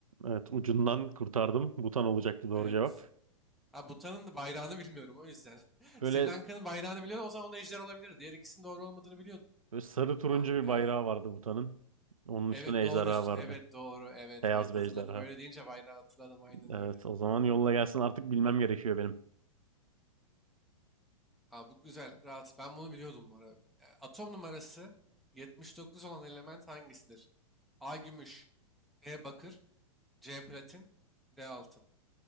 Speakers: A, on the right; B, in the centre.
A: Evet ucundan kurtardım. Butan olacaktı doğru
B: Evet.
A: cevap.
B: Ha Bhutan'ın da bayrağını bilmiyorum o yüzden. <laughs>
A: Böyle,
B: Sri Lanka'nın bayrağını biliyordum o zaman onda ejder olabilir. Diğer ikisinin doğru olmadığını biliyordum.
A: böyle sarı turuncu
B: Ah
A: bir
B: be.
A: bayrağı vardı Butan'ın. Onun
B: Evet
A: üstüne
B: doğru.
A: ejderha
B: üst-
A: vardı.
B: Evet doğru. Evet
A: Beyaz
B: evet hatırladım
A: bir ejderha.
B: öyle deyince bayrağı hatırladım aynen
A: Evet
B: öyle.
A: o zaman yolla gelsin artık bilmem gerekiyor benim.
B: Aa, bu güzel rahat. Ben bunu biliyordum bu arada. E, Atom numarası 79 olan element hangisidir? A gümüş, B bakır, C platin, D altın.